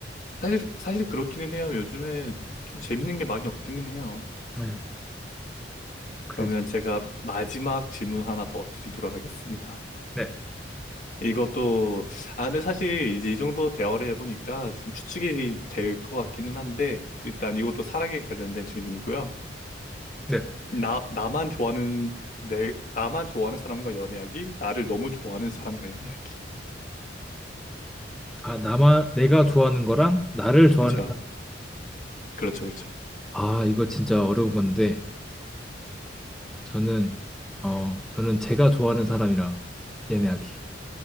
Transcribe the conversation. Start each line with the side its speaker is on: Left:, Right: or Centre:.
Left: 사실, 사실 그렇기는 해요. 요즘에 좀 재밌는 게 많이 없기는 해요.
Centre: 네,
Left: 그러면
Centre: 그래서
Left: 제가 마지막 질문 하나 더 드리도록 하겠습니다.
Centre: 네,
Left: 이것도, 아, 근데 사실 이제 이 정도 대화를 해보니까 좀 추측이 될 것 같기는 한데, 일단 이것도 사랑에 관련된 질문이고요.
Centre: 네.
Left: 나, 나만 좋아하는, 내, 나만 좋아하는 사람과 연애하기, 나를 너무 좋아하는 사람과 연애하기.
Centre: 아 나만 내가 좋아하는 거랑 나를 좋아하는
Left: 그죠?
Centre: 사-
Left: 그렇죠, 그렇죠.
Centre: 아 이거 진짜 어려운 건데 저는 어 저는 제가 좋아하는 사람이랑 연애하기.